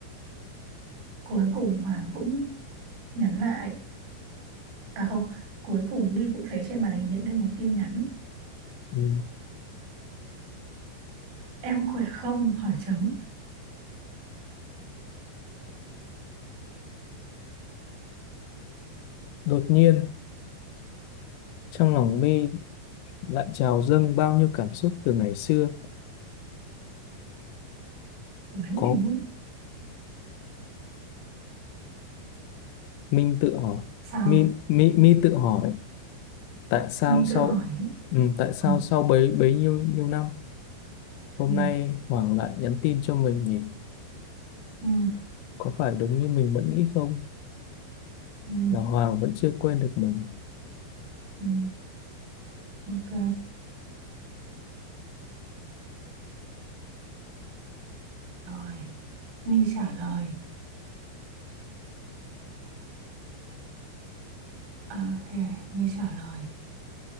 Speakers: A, on the right (about 85°); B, on the left (about 85°).
A: cuối cùng Hoàng cũng nhắn lại à không cuối cùng Mi cũng thấy trên màn hình hiện lên một tin nhắn
B: Ừ.
A: em khỏe không hỏi chấm
B: đột nhiên trong lòng My lại trào dâng bao nhiêu cảm xúc từ ngày xưa
A: đấy
B: có
A: thì mới-
B: Minh tự hỏi
A: sao
B: My, My, My tự hỏi tại sao
A: Mi
B: sau
A: tự hỏi
B: ừ, tại sao
A: ừ.
B: sau bấy bấy nhiêu nhiêu năm hôm
A: Ừ.
B: nay Hoàng lại nhắn tin cho mình nhỉ
A: Ừ.
B: có phải đúng như mình vẫn nghĩ không
A: Ừ.
B: là Hoàng vẫn chưa quên được mình
A: Ừ. Ok Rồi, My trả lời. À, Ok, My trả lời.